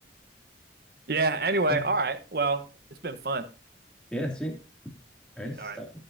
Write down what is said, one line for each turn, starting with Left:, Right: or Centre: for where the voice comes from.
Right: Yeah, anyway,
Centre: Yeah,
Right: all right. Well, it's been fun.
Centre: yeah, sweet. All right, stop.
Right: All right.